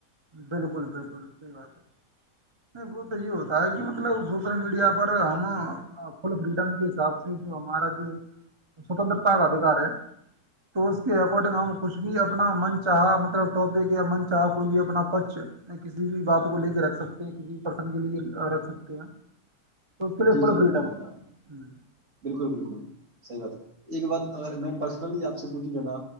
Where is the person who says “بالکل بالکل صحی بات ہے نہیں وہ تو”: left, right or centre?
Right